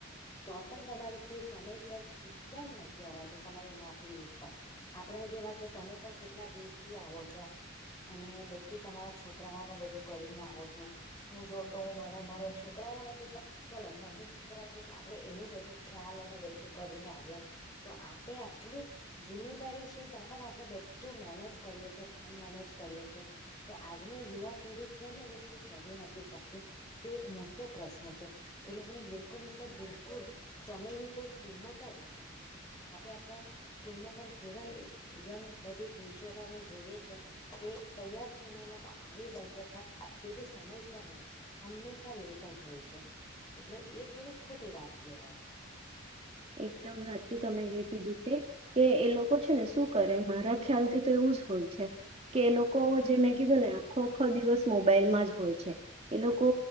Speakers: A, on the left (about 20°); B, on the right (about 30°).
A: તો પણ તમારેથી સમયસર કેમ નથી અવાતું તમારી નોકરી ઉપર આપડા જેવા કે તમે પણ કેટલા દૂર થી આવો છો અને બધું તમારા છોકરાઓ નું બધું કરીને આવો છો હું જો તો હું મારા મારા છોકરાઓ નથી ચાલો સાસુ સસરા છે તો આપણેે એનું બધું ખ્યાલ અને બધું કરીને આવીએ તો આપણી આટલી જિમ્મેદારી તો પણ આપણે બધું મેનેજ કરીએ છીએ કામ મેનેજ કરીએ છીએ તો આજની યુવા પેઢી કેમ એ વસ્તુ કરી નથી શકતી તે એક મોટો પ્રશ્ન છે એ લોકોને બિલકુલ એટલે બિલકુલ સમયની કોઈ કિંમત જ નથી આપડે આપડા સ્કૂલમાં પણ કેવાય યંગ બધી ટીચરોને જોઈએ છે એ તૈયાર થઈને એ લોકો આવી જાય છે પણ તે બી સમયસર નહી હંમેશા લેટ જ હોય છે એટલે એ થોડું ખોટી વાત કહેવાય
B: એકદમ સાચું તમે જે કીધું તે કે એ લોકો છે ને શું કરે મારા ખ્યાલથી તો એવું જ હોય છે કે એ લોકો જે મે કીધું ને આખો આખો દિવસ મોબાઈલમાં જ હોય છે એ લોકો